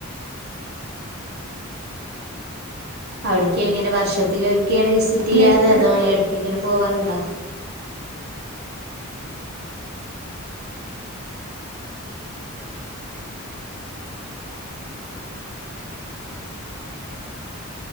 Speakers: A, on the right; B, on the right.
A: അവിട്ക്ക്ങ്ങനെ വർഷത്തി ലൊരിക്കെണ് വിസിറ്റ്യ്യാറ്
B: പിന്നെ എന്താ പരിപാടി
A: അതോ എടക്ക്ങ്ങനെ പോവാറുണ്ടോ